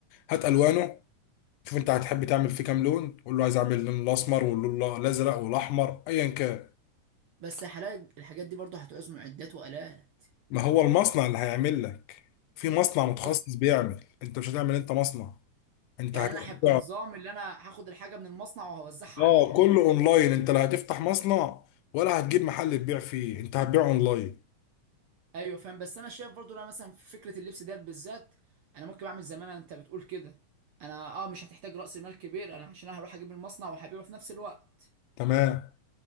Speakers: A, on the left; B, on the right.
A: هات الوانه شوف انت هتحب تعمل فيه كام لون قول له عايز اعمل اللون الاسمر واللون الازرق والاحمر ايا كان
B: بس حلاقي الحاجات دي برضه هتعوز معدات والات
A: ما هو المصنع اللي هيعمل لك في مصنع متخصص
B: قصد-
A: بيعمل انت مش هتعمل انت مصنع انت
B: يعني
A: هتاخد
B: انا هيبقى نظام اللي انا هاخد الحاجه من المصنع وهوزعها
A: اه
B: على المحلات
A: كله اونلاين انت لا هتفتح مصنع ولا هتجيب محل تبيع فيه انت هتبيع اونلاين
B: ايوه فاهم بس انا شايف برضه لا مثلا في فكره اللبس ديت بالذات انا ممكن اعمل زي ما أنا- انت بتقول كده انا اه مش هتحتاج راس مال كبير انا عشان أنا هروح اجيب المصنع وهبيعه في نفس الوقت
A: تمام